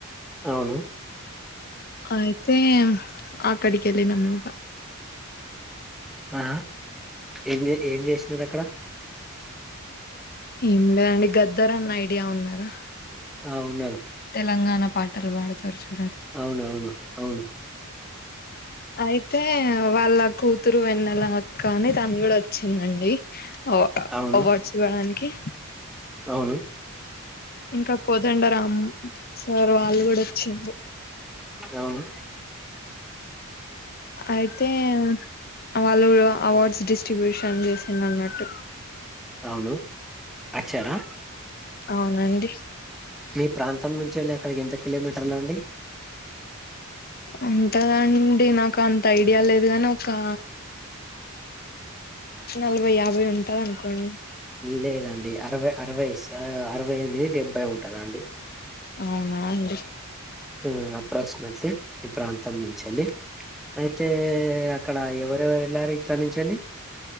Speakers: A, in the centre; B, on the left.
A: అవును
B: అయితే ఆ అక్కడికి ఎల్లినామ్ ఇగ
A: ఆ ఏం ఏ ఏం చేసినారు అక్కడ
B: ఏం లేదండి గద్దర అన్న ఐడియా ఉన్నారా
A: ఆ ఉన్నారు
B: తెలంగాణ పాటలు పాడుతారు చూడు
A: అవునవును అవును
B: అయితే వాళ్ళ కూతురు వెన్నల అక్క అని తను కూడ వచ్చిందండి ఓ
A: అవును
B: అవార్డ్స్ ఇవ్వడానికి
A: అవును
B: ఇంక కోదండరామ్ సార్ వాళ్ళు కూడా వచ్చిండ్రు
A: అవును
B: అయితే ఉ అ వాళ్ళు గుడ అవార్డ్స్ డిస్ట్రిబ్యూషన్ జేసిన్డ్ర్ అన్నట్టు
A: రాములు అచ్చారా
B: అవునండి
A: మీ ప్రాంతం నుంచి అండి అక్కడికి ఎంత కిలోమీటర్లు అండి
B: ఉంటదండి నాకు అంత ఐడియా లేదు గాని ఒకా నలభై యాభై ఉంటాదన్కోండ్
A: లేదండి అరవై అరవై ఇస్ అ అరవై మీ డెబ్బై ఉంటదా అండి
B: అవునా అండి
A: ఊ అప్రాక్స్మెట్లీ ఈ ప్రాంతం నుంచెల్లి అయితే అక్కడ ఎవరెవరు ఏళ్ళారు ఇక్కడ్ నుంచేల్లి